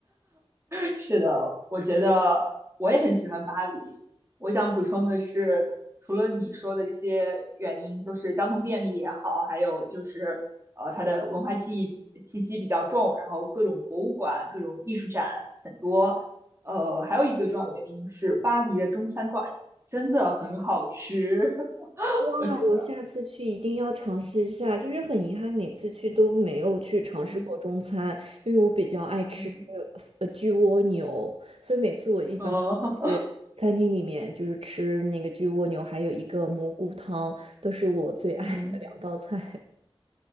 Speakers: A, on the right (about 25°); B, on the right (about 75°).
A: 是的，我觉得我也很喜欢巴黎。我想补充的是，除了你说的这些原因，就是交通便利也好，还有就是呃，它的文化气气息比较重，然后各种博物馆、各种艺术展很多。呃，还有一个重要的原因是，巴黎的中餐馆真的很好吃，<laughs>
B: 哇，
A: 我觉得。
B: 我下次去一定要尝试一下。就是很遗憾，每次去都没有去尝试过中餐，
A: 嗯
B: 因为我比较爱吃
A: 嗯
B: 呃焗蜗牛，所以每次我一般去餐厅里面就是吃那个焗蜗牛，
A: 嗯
B: 还有一个蘑菇汤，都是我最爱的两道菜。
A: <laughs> 嗯。